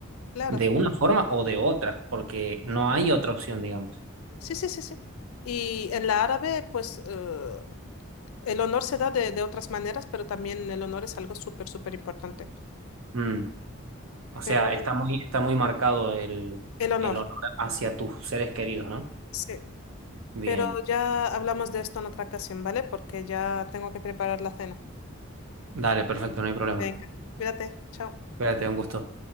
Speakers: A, on the left; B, on the right.
A: claro.
B: de una forma o de otra, porque no hay otra opción, digamos.
A: Sí, sí, sí, sí. Y en la árabe, pues eh, el honor se da de, de otras maneras, pero también el honor es algo súper, súper importante.
B: Mm. O sea,
A: Pero
B: está muy, está muy marcado el,
A: el honor,
B: el honor hacia tus seres queridos, ¿no?
A: sí.
B: Bien.
A: Pero ya hablamos de esto en otra ocasión, ¿vale? Porque ya tengo que preparar la cena.
B: Dale, perfecto, no hay problema.
A: Venga, cuídate, chao.
B: Espérate, un gusto.